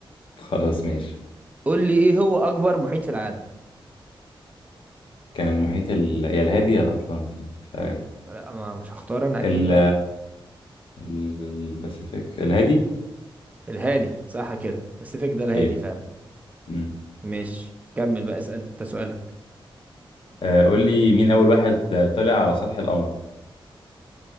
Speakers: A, on the left; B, on the right.
A: خلاص ماشي
B: قول لي إيه هو أكبر محيط في العالم
A: كان المحيط ال... يا الهادي يا الاطلنطي ف...
B: لا ما مش هختار أنا أكيد
A: ال...
B: بقى
A: ال- الباسيفيك الهادي
B: الهادي صح كده باسيفيك ده
A: اوكي
B: الهادي فعلا
A: امم
B: ماشي كمل بقى اسأل أنت سؤالك
A: آه، قول لي مين اول واحد طلع على سطح القمر